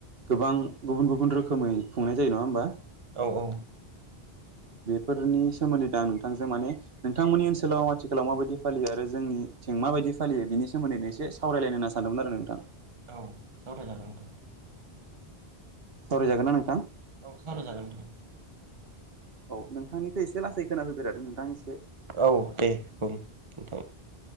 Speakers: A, on the right; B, on the right.
A: गोबां गुबुन गुबुन रोखोमै खुंनाय जायो नङा होमबा
B: औ औ
A: फोरनि सोमोन्दै दा आं नोंथांजों माने नोंथांमोननि ओनसोलाव आथिखालाव माबायदि फालियो आरो जोंनिथिं माबायदि फालियो बिनि सोमोन्दै एसे सावरायलायनो होनना सानदोमोन आरो नोंथां
B: औ सावरायजागोन नोंथां
A: सावरायजागोन ना नोंथां
B: औ सावरायजागोन नोंथां
A: औ नोंथांनिखो एसे लासै खोनाफैबाय थादों नोंथां एसे
B: औ दे बुं नोंथां